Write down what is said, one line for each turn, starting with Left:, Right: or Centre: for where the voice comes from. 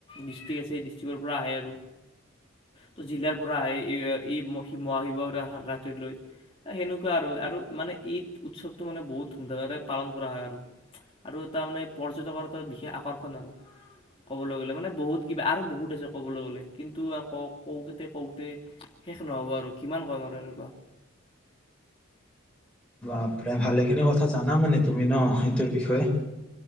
Left: ডিষ্ট্ৰিক্ আছে এই ডিষ্ট্ৰিক্ৰ পৰা আহে আৰু ত জিলাৰ পৰা আহে এই এইি মহা শিৱ ৰাতি্ৰ লৈ সেনেকুৱা আৰু আৰু মানে এই উৎসৱটো মানে বহুত ধুমধামেৰে পালন কৰা হয় আৰু আৰু এটা মানে পৰ্যটকৰ এটা বিশেষ আকৰ্ষণ আৰু ক'বলৈ গ'লে মানে বহুত কিবা আৰু বহুত আছে ক'বলৈ গলে কিন্তু আৰু ক কতে কওঁতে শেষ নহব আৰু কিমান কম আৰু এনেকুৱা
Centre: আপে ভালে খিনি কথা জানা মানে তুমি ন সেই সেইতো বিষয়ে